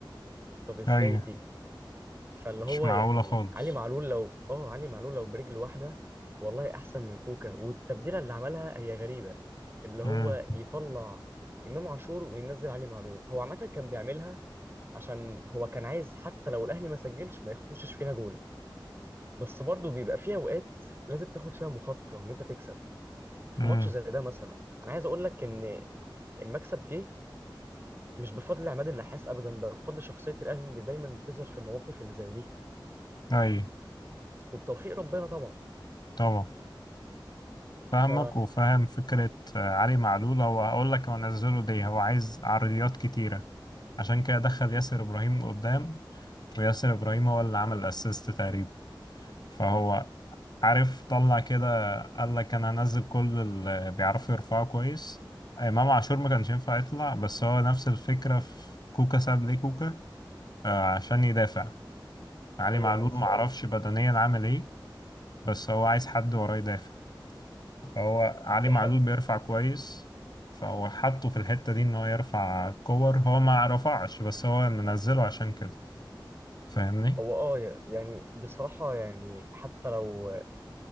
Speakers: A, on the right; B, on the left.
A: طب ازاي
B: ايوه
A: دي فاللي
B: مش
A: هو
B: معقولة
A: يعني
B: خالص
A: علي معلول لو اه علي معلول لو برجل واحده والله احسن من كوكا والتبديله اللي عملها هي غريبه اللي
B: امم
A: هو يطلع امام عاشور وينزل علي معلول هو عامه كان بيعملها عشان هو كان عايز حتى لو الاهلي ما سجلش ما يخشش فينا جول بس برضه بيبقى فيها اوقات لازم تاخد فيها مخاطره ان انت تكسب في
B: امم
A: ماتش زي ده مثلا انا عايز اقول لك ان المكسب جه مش بفضل عماد النحاس ابدا ده بفضل شخصيه الاهلي اللي دايما بتظهر في المواقف اللي زي دي
B: ايوه
A: وبتوفيق ربنا طبعا
B: طبعا فاهمك
A: ف
B: وفاهم فكرة آه، علي معلول هو هقول لك هو نزله ليه هو عايز عرضيات كتيرة عشان كده دخل ياسر إبراهيم قدام وياسر إبراهيم هو اللي عمل أسيست تقريبا فهو عارف طلع كده قال لك أنا هنزل كل اللي بيعرفوا يرفعوا كويس آه، إمام عاشور ما كانش ينفع يطلع بس هو نفس الفكرة في كوكا ساب ليه كوكا آه، عشان يدافع علي
A: ايوه
B: معلول
A: ما أنا لسه
B: معرفش
A: قايل
B: بدنيا عامل إيه بس هو عايز حد وراه يدافع هو علي
A: دي
B: معلول
A: حقيقة
B: بيرفع كويس فهو حطه في الحتة دي ان هو يرفع كور هو ما رفعش بس هو منزله عشان كده فاهمني
A: هو اه يعني بصراحه يعني حتى لو